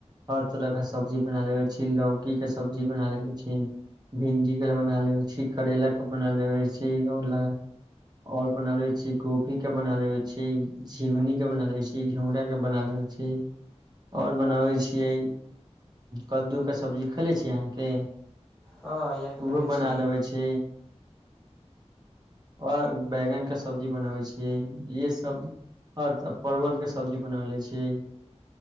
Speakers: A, on the right; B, in the centre.
A: हर तरह के सब्जी बना लेबै छी लौकी के सब्जी बना लेेबै छी भिंडी के बना लेे छी करैला के बना लेबै छी ल ओर बनालेइ छी गोभी के बनाले लेबै छी झिंगुनी के बना ले छी घिउरा के बना लेबे छी ओर बनाबै छियै कद्दूके सब्जी खेले छियै अहाँके
B: हँ यहाँ खैले
A: उहो बना
B: छियै
A: लेबै छी ओर बैंगन का सब्जी बनाबै छियै इहे सब हर तऽ परवलके सब्जी बना लै छियै